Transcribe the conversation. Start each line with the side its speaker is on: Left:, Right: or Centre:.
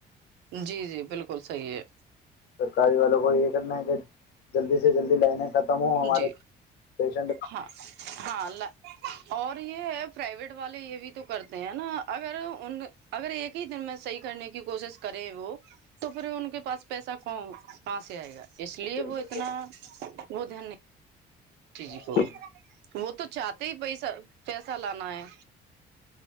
Right: جی جی بالکل صحیح ہے
Left: سرکاری والوں کو یہ کرنا ہے کہ جلدی سے جلدی لینے ختم ہ ہمارے
Right: جی
Left: پیشنٹ
Right: ہاں ہاں اور یہ ہے پرائیویٹ والے یہ بھی تو کرتے ہیں نا اگر ان اگر ایک ہی دن میں صحیح کرنے کی کوشش کریں وہ تو پھر ان کے پاس پیسہ کون پسی آئے گا اس لیے
Left: بالکل
Right: وہ اتنا وہ دھی نہیں جی
Left: ہاں
Right: جی کو وہ تو چاہتے ہی پیسہ پیسہ لانا ہے